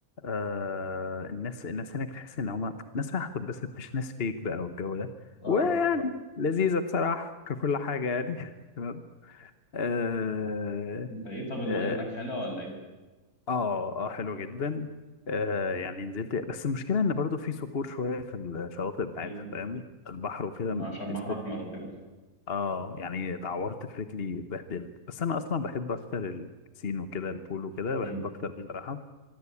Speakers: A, on the left; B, on the left.
A: آه الناس الناس هناك تحس ان هما ناس رايحه تتبسط مش ناس فيك بقى والجو ده
B: اه
A: ويعني لذيذه بصراحه ككل حاجه يعني <laughs> تمام اه
B: انت ايه طب المايه
A: اه
B: هناك حلوه ولا ايه
A: آه، آه، حلو جدا آه يعني نزلت بس المشكله ان برضو في صخور شويه في الشواطئ بتاعتها
B: امم
A: فاهمني البحر وكده
B: ما عشان
A: في
B: بحر
A: صخور
B: احمر وكده
A: اه يعني اتعورت في رجلي اتبهدلت بس انا اصلا بحب اكتر البسين وكده البول وكده بحب
B: امم
A: اكتر مم. بصراحه